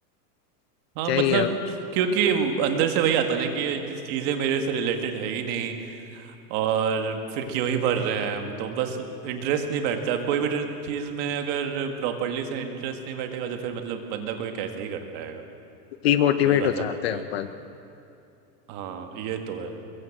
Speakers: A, on the right (about 35°); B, on the left (about 40°).
A: हाँ
B: क्या
A: मतलब
B: ही अब
A: क्योंकि अंदर से वही आता ना कि ये जिस चीज़ें मेरे से रिलेटेड है ही नहीं और फिर क्यों ही पढ़ रहे हैं हम तो बस इंटरेस्ट नहीं बैठता अब कोई भी चीज़ में अगर प्रॉपरली से इंटरेस्ट नहीं बैठेगा तो फिर मतलब बंदा कोई कैसे ही कर पाएगा
B: डिमोटिवेट
A: वही बात
B: हो
A: आ
B: जाते
A: जाती
B: हैं
A: है
B: अपन
A: हाँ ये तो है